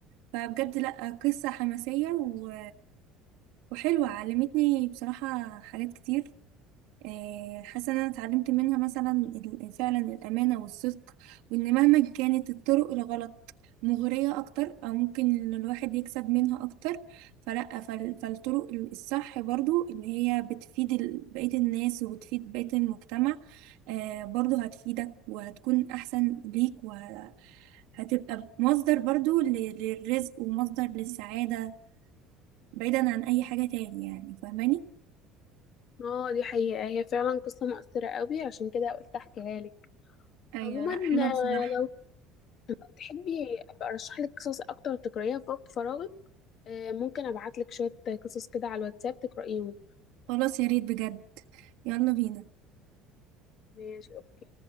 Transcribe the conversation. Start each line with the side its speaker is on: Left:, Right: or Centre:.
Right: فبجد لا قصة حماسية و... وحلوة علمتني بصراحة حاجات كتير آه، حاسه ان انا اتعلمت منها مثلا ال- فعلا الامانه والصدق وان مهما كانت الطرق الغلط مغريه اكتر او ممكن ان الواحد يكسب منها اكتر فلا فال- فالطرق ال- الصح برضو اللي هي بتفيد ال- بقيه الناس وبتفيد بقيه المجتمع آه، برضو هتفيدك وهتكون احسن ليك وهتبقى مصدر برضو ل- للرزق ومصدر للسعاده بعيدا عن اي حاجه تاني يعني فاهماني
Left: اه دي حقيقة هي فعلا قصة مؤثرة قوي عشان كده قلت احكيها لك
Right: ايوه
Left: عموما
Right: لا حلوه بصراحه
Left: آه، لو تحبي ابقى ارشح لك قصص اكتر تقرأيها في وقت فراغك آه، ممكن ابعت لك شوية قصص كده على الواتساب تقرأيهم
Right: خلاص يا ريت بجد يلا بينا
Left: ماشي اوكي